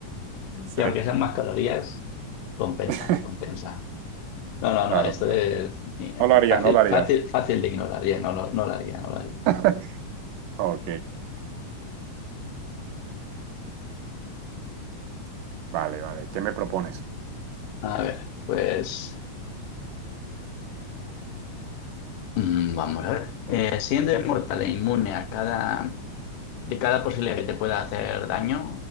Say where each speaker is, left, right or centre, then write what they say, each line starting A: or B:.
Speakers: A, on the right; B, on the left.
A: sí,
B: y aunque sean más calorías, compensa,
A: <laughs>
B: compensa. No, no,
A: claro,
B: no, esto
A: claro.
B: es eh,
A: No lo harías,
B: fácil,
A: no lo harías.
B: fácil, fácil de ignorar, ya, no, lo- no lo haría, no lo haría.
A: <laughs> Ok, vale, vale. ¿Qué me propones?
B: A ver, pues mm, vamos a ver. Eh, siendo inmortal e inmune a cada de cada posibilidad que te pueda hacer daño,